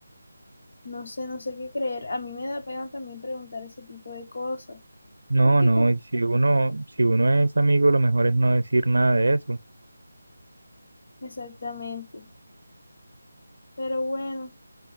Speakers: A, on the left; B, on the right.
A: No sé, no sé qué creer. A mí me da pena también preguntar ese tipo de cosas.
B: No,
A: ¿Por qué?
B: no,
A: como-
B: y si uno, si uno es amigo, lo mejor es no decir nada de eso.
A: Exactamente. Pero bueno,